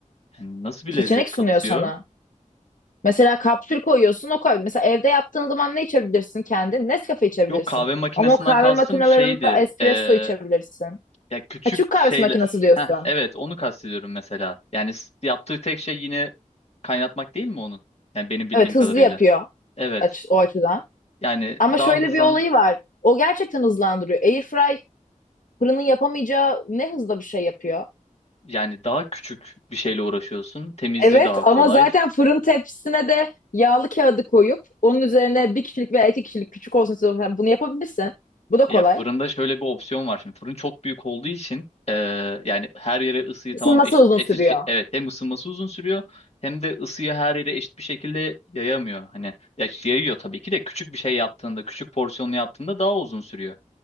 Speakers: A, on the left; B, on the left.
A: Yani nasıl bir
B: Seçenek
A: lezzet katıyor?
B: sunuyor sana. Mesela kapsül koyuyorsun o koy. Mesela evde yaptığın zaman ne içebilirsin kendin? Nescafe içebilirsin.
A: Yok kahve makinesinden
B: Ama o kahve
A: kastım
B: makinelerinde
A: şeydi.
B: espresso
A: e,
B: içebilirsin.
A: ya küçük
B: Ha, Türk kahvesi
A: şeyle.
B: makinesi diyorsun.
A: Heh, evet onu kastediyorum mesela. Yani s- yaptığı tek şey yine kaynatmak değil mi onun? Yani benim bildiğim
B: Evet
A: kadarıyla.
B: hızlı yapıyor
A: Evet.
B: aç- o açıdan.
A: Yani
B: Ama
A: daha
B: şöyle
A: hızlan
B: bir olayı var. O gerçekten hızlandırıyor. Airfry fırının yapamayacağı ne hızda bir şey yapıyor.
A: Yani daha küçük bir şeyle uğraşıyorsun. Temizliği
B: Evet
A: daha
B: ama
A: kolay.
B: zaten fırın tepsisine de yağlı kağıdı koyup onun üzerine bir kişilik veya iki kişilik küçük olsun size olsun yani bunu yapabilirsin. Bu da kolay.
A: Ya fırında şöyle bir opsiyon var şimdi. Fırın çok büyük olduğu için e, yani her yere ısıyı
B: Isınması
A: tamam eşit,
B: uzun
A: eşit
B: sürüyor.
A: şey- evet hem ısınması uzun sürüyor hem de ısıyı her yere eşit bir şekilde yayamıyor. Hani ya yayıyor tabii ki de küçük bir şey yaptığında, küçük porsiyonlu yaptığında daha uzun sürüyor.